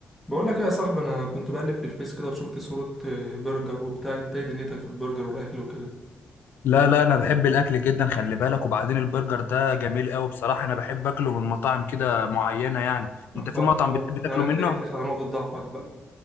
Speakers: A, in the centre; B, on the left (about 80°).
A: بقول لك إيه يا صاحبي انا كنت بقلب في الفيس كده وشفت صورة آه، برجر وبتاع انت ايه دنيتك في البرجر والاكل وكده
B: لا لا انا بحب الاكل جدا خلي بالك وبعدين البرجر ده جميل قوي بصراحه انا بحب اكله من مطاعم كده معينه يعني
A: اه
B: انت في
A: اه
B: مطعم بتحب تاكله
A: انا كده
B: منه
A: جيت لك على نقطة ضعفك بقى